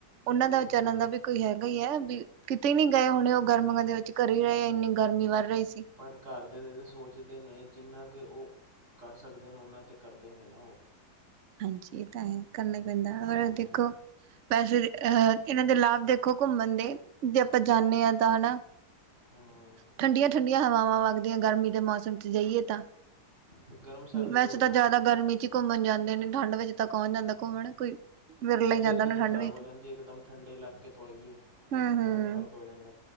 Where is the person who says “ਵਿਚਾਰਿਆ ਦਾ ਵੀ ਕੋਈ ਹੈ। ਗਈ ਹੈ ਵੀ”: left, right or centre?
Right